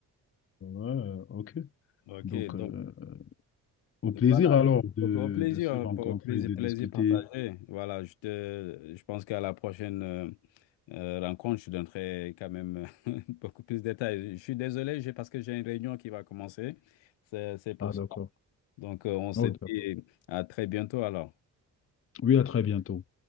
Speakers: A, on the left; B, on the left.
A: Ouais, ok.
B: OK,
A: Donc,
B: donc
A: euh, Au
B: voilà.
A: plaisir alors de,
B: Au, au plaisir,
A: de se
B: hein,
A: rencontrer
B: au plaisir,
A: et de
B: plaisir
A: discuter.
B: partagé. Voilà, je te, je pense qu'à la prochaine euh, euh, rencontre, je donnerai quand même <laughs> beaucoup plus de détails. Je suis désolé, j'ai parce que j'ai une réunion qui va commencer. C'est, c'est pour
A: Ah,
B: ça.
A: d'accord.
B: Donc, euh, on se
A: Ok. d'accord.
B: dit à très bientôt alors.
A: Oui, à très bientôt.